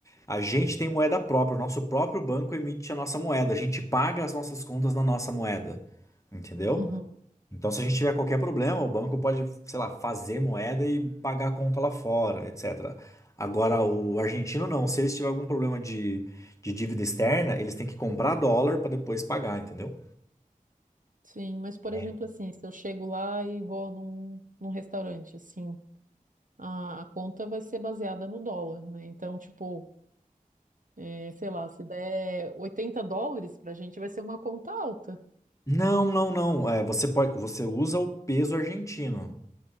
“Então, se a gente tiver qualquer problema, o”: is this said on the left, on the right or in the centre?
Left